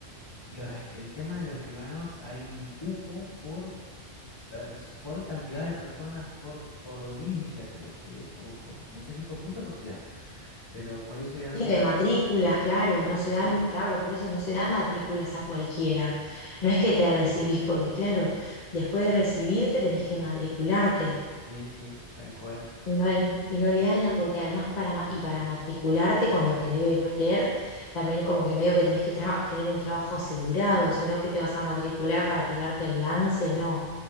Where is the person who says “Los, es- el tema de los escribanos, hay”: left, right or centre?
Left